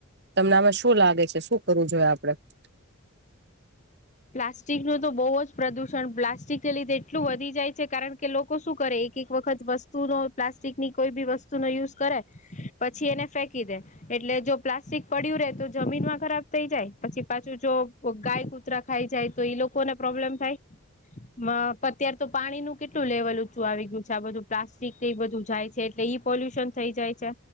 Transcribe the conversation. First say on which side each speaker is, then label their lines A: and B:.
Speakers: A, on the right; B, on the left.
A: તમને આમાં શું લાગે છે શું કરવું જોઈએ આપડે- <inaudible>
B: પ્લાસ્ટિક નું તો બહુ જ પ્રદુષણ પ્લાસ્ટિકને લીધે એટલું વધી જાય છે કારણ કે લોકો શું કરે- એક એક વખત વસ્તુનો પ્લાસ્ટિકની કોઈ બી વસ્તુ નો યુઝ કરે- પછી એને ફેંકી દે એટલે જો પ્લાસ્ટિક પડ્યું રે તો જમીનમાં ખરાબ થઈ જાય પછી પાછું જો ગાય કુતરા ખાઈ જાય તો એઈ લોકોને પ્રોબ્લેમ થાય. માં પા અત્યાર તો પાણી નું કેટલું લેવલ ઊંચું આવી ગયું છે આ બધું પ્લાસ્ટિક એ બધું જાય છે એટલે ઈ પોલ્યુશન થઇ જાય છે.